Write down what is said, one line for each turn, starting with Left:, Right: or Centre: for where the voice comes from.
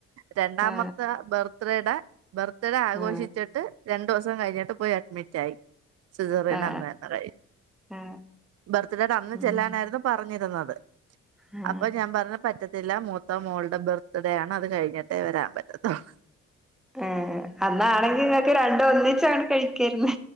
Right: രണ്ടാമത്തെ
Centre: ആ
Right: ബർത്ത്ഡേയുടെ ബർത്ത്ഡേ ആഘോഷിച്ചിട്ട്
Centre: ആ
Right: രൺ ണ്ടോസം കഴിഞ്ഞിട്ട് പോയി അഡ്മിറ്റായി സിസറിയൻ
Centre: ആ
Right: എന്നെന്നേകയിഞ്ഞ്.
Centre: ആ
Right: ബർത്ത്ഡേടെ അന്ന്
Centre: ഉം
Right: ചെല്ലാനായിരുന്നു പറഞ്ഞിരുന്നത്.
Centre: ആ
Right: അപ്പൊ ഞാൻ പറഞ്ഞ പറ്റ ത്തില്ല മൂത്ത മോൾഡ ബർ ത്ത്ടെയാണ് അത് കഴിഞ്ഞിട്ടേ വരാൻ പറ്റത്തൊള്ള്
Centre: ഏഹ് അന്നാണെങ്കി നിങ്ങക്ക് രണ്ടും ഒന്നിച്ചാണ്ട് കഴിക്കേര്ന്ന്